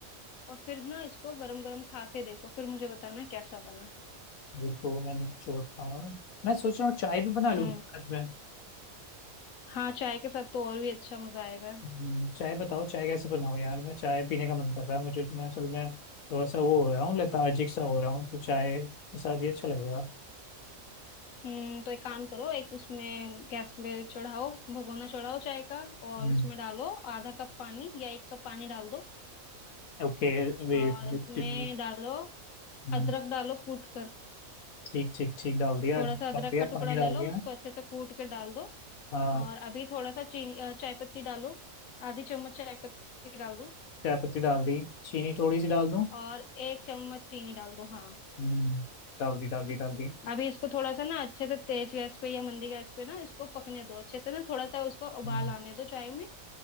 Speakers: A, on the left; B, on the left.
A: और फिर ना इसको गरम गरम खा के देखो फिर मुझे बताना कैसा बना
B: रुको मैंने छोड़ता हूँ मैं सोच रहा हूँ चाय भी बना लूँ
A: हम्म
B: रात में
A: हाँ चाय के साथ तो और भी अच्छा मजा आएगा
B: हम्म, चाय बताओ चाय कैसे बनाओ यार मैं चाय पीने का मन कर रहा है मुझे मैं असल में थोड़ा सा वो हो रहा हूँ लेथार्जिक सा हो रहा हूँ तो चाय के साथ ये अच्छा लग रहा
A: हम्म तो एक काम करो एक उसमें गैस पे चढ़ाओ भगोना चढ़ाओ चाय का और
B: हम्म
A: उसमें डालो आधा कप पानी या एक कप पानी डाल दो
B: Okay wait
A: और
B: wait
A: उसमें डालो
B: हम्म,
A: अदरक डालो कूट कर
B: ठीक ठीक ठीक डाल दिया
A: थोड़ा
B: डाल
A: सा अदरक
B: दिया
A: का टुकड़ा
B: पानी
A: ले
B: डाल
A: लो
B: दिया
A: उसको अच्छे से कूट के डाल दो
B: हाँ
A: और अभी थोड़ा सा चीनी अ, चाय पत्ती डालो आधी चम्मच चाय पत्ती डाल दो
B: चाय पत्ती डाल दी चीनी थोड़ी सी डाल दूँ
A: और एक चम्मच चीनी डाल दो हाँ
B: हम्म, डाल दी डाल दी डाल दी
A: अभी इसको थोड़ा सा ना अच्छे से तेज गैस पे या मंदी गैस पे ना इसको पकने दो अच्छे से ना थोड़ा सा उसको उबाल
B: हम्म,
A: आने दो चाय में